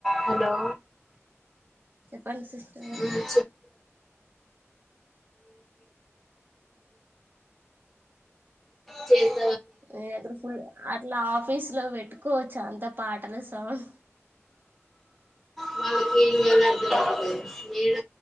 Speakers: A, in the centre; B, on the right.
A: హలో
B: చెప్పండి సిస్టర్
A: ఆ చెపూరా స
B: న దగ్గర ఫుల్ అట్లా ఆఫీస్ లో పెట్టుకోవచ్చు అంత పాటల సౌండ్
A: వానకి ఎలా అర్థపవుతు మేడ